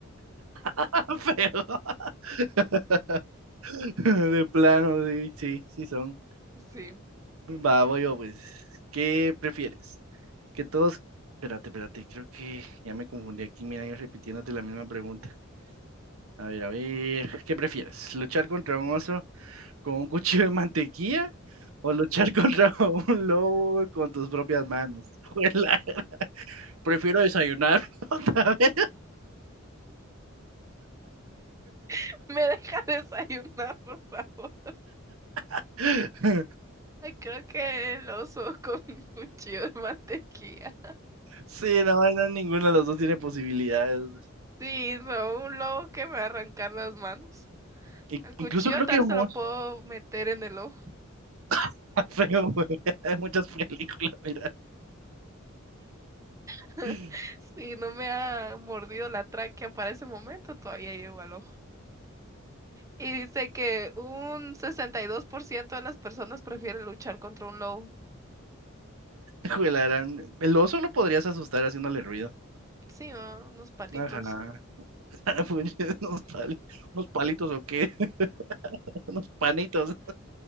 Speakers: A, on the right; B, on the right.
A: <laughs> Feo. <laughs> De plano, sí, sí, sí son.
B: Sí,
A: Va, voy yo, pues. ¿Qué prefieres? Que todos. Espérate, espérate, creo que ya me confundí aquí. Mira, yo repitiéndote la misma pregunta. A ver, a ver. ¿Qué prefieres? ¿Luchar contra un oso con un cuchillo de mantequilla? ¿O luchar <laughs> contra un lobo con tus propias manos? <laughs> Juela, Prefiero desayunar <laughs> otra vez.
B: <laughs> me deja desayunar, por favor.
A: <laughs>
B: Ay, Creo que el oso <laughs> con un cuchillo de mantequilla.
A: Sí, no, no, ninguno de los dos tiene posibilidades.
B: Sí, no, un lobo que me va a arrancar las manos.
A: I-
B: El cuchillo
A: incluso creo
B: tal
A: que humor
B: se lo puedo meter en el ojo.
A: <laughs> está feo, güey. Hay muchas películas, mira.
B: <laughs>
A: <laughs>
B: Si no me ha mordido la tráquea para ese momento, todavía llego al ojo. Y dice que un 62% de las personas prefieren luchar contra un lobo.
A: Juelarán. El oso lo podrías asustar haciéndole ruido.
B: Sí, ah, unos palitos.
A: Ajá. <laughs> Pues, Unos pali- unos palitos o qué, <laughs> unos panitos.